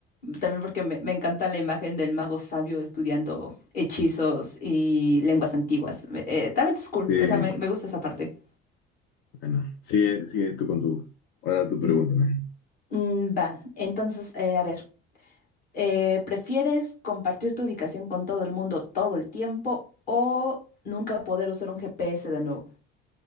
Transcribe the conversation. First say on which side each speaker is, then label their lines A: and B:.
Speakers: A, on the left; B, on the left.
A: también porque me, me encanta la imagen del mago sabio estudiando hechizos y lenguas antiguas. Me- eh, también es cool,
B: Sí,
A: o sea, me, me gusta esa parte.
B: bueno, sigue, sigue tú con tu... Ahora tú pregúntame.
A: Mm, Mm, va, entonces, eh, a ver. Eh, ¿prefieres compartir tu ubicación con todo el mundo todo el tiempo o nunca poder usar un GPS de nuevo?